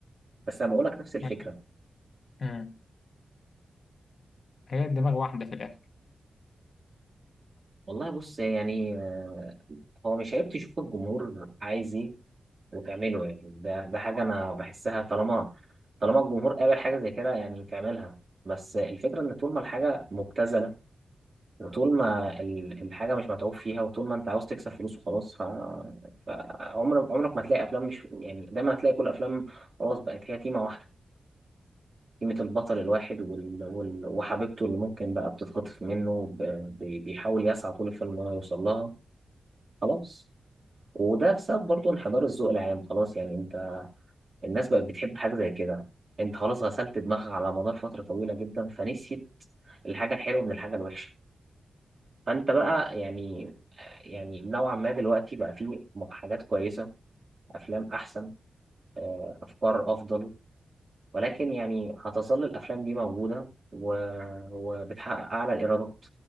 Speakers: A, on the right; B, on the left.
A: بس انا بقول لك نفس الفكره
B: أيوة. أمم. هي دماغ واحده في الاخر
A: والله بص يعني آه، هو مش عيب تشوف الجمهور عايز ايه وتعمله يعني ده ده حاجه انا بحسها طالما طالما الجمهور قابل حاجه زي كده يعني تعملها بس الفكره ان طول ما الحاجه مبتذله وطول ما ال- الحاجه مش متعوب فيها وطول ما انت عاوز تكسب فلوس وخلاص ف فعمرك عمرك ما تلاقي افلام مش يعني دايما هتلاقي كل افلام خلاص بقت هي تيمه واحده قيمة البطل الواحد وال... وال... وحبيبته اللي ممكن بقى بتتخطف منه ب... بي- بيحاول يسعى طول الفيلم إن هو يوصل لها خلاص وده بسبب برضه انحدار الذوق العام خلاص يعني أنت الناس بقت بتحب حاجة زي كده أنت خلاص غسلت دماغها على مدار فترة طويلة جدا فنسيت الحاجة الحلوة من الحاجة الوحشة فأنت بقى يعني يعني نوعا ما دلوقتي بقى فيه م- حاجات كويسة أفلام أحسن آه، أفكار أفضل ولكن يعني هتظل الأفلام دي موجودة و... وبتحقق أعلى الإيرادات